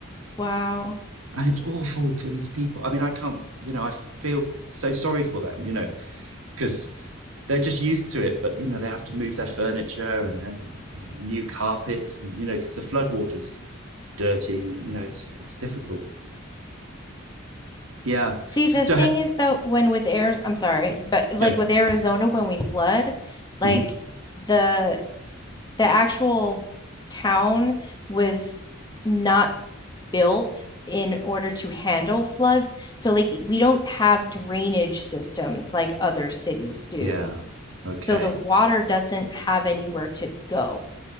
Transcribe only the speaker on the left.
Wow.
See, the
thing
is though, when with Arizona, I'm sorry, but like
with Arizona, when we flood, like
the the actual town was not built in order to handle floods. So, like, we don't have drainage systems like other cities do.
So, the water
doesn't have anywhere to go.